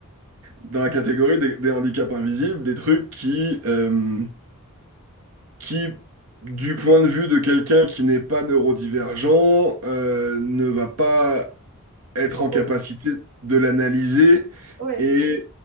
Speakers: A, on the right; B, on the right.
A: dans la catégorie des, des handicaps invisibles, des trucs qui, euh, qui, du point de vue de quelqu'un qui n'est pas neurodivergent, euh, ne va pas être
B: Et Complètement.
A: en capacité de l'analyser
B: Ouais.
A: et